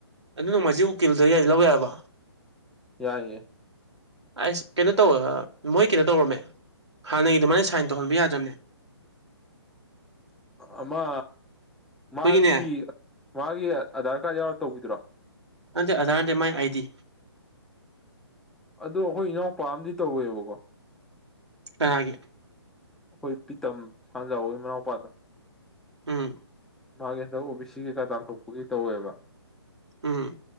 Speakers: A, on the right (about 75°); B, in the centre.
A: ꯑꯗꯨ ꯅꯣꯡꯃꯥꯏꯖꯤꯢ ꯎꯀꯤꯜꯗ ꯂꯧ ꯌꯥꯔꯕꯣ
B: ꯌꯥꯏꯌꯦ
A: ꯑꯁ ꯀꯩꯅꯣ ꯇꯧ ꯃꯣꯏ ꯀꯩꯅꯣ ꯇꯧꯔꯝꯃꯦ ꯍꯥꯟꯅꯩ ꯑꯗꯨꯃꯥꯏꯟ ꯁꯥꯏꯟ ꯇꯧꯍꯟꯕ ꯌꯥꯗ꯭ꯔꯝꯃꯦ
B: ꯑꯃ
A: ꯑꯩꯈꯣꯏꯒꯤꯅꯦ
B: ꯃꯥꯒꯤ ꯃꯥꯒꯤ ꯑꯙꯥꯔ ꯀꯥꯔꯗ ꯌꯥꯎꯔ ꯇꯧꯕꯤꯗꯨꯔꯣ
A: ꯅꯠꯇꯦ ꯑꯙꯥꯔꯗ ꯅꯠꯇꯦ ꯃꯥꯥꯏ ꯑꯥꯏ ꯗꯤ
B: ꯑꯗꯣ ꯑꯩꯈꯣꯏ ꯏꯅꯥꯎꯄꯥ ꯑꯃꯗꯤ ꯇꯧꯋꯦꯕꯀꯣ
A: ꯀꯅꯥꯒꯤ
B: ꯑꯩꯈꯣꯏ ꯄꯤꯇꯝ ꯁꯥꯟꯖꯥꯎꯣꯏ ꯃꯅꯥꯎꯄꯥꯗ
A: ꯎꯝ
B: ꯃꯥꯒꯤ ꯍꯟꯗꯛ ꯑꯣ ꯕꯤ ꯁꯤ ꯀꯩꯀꯥ ꯇꯥꯟꯊꯣꯛꯄꯒꯤ ꯇꯧꯋꯦꯕ
A: ꯎꯝ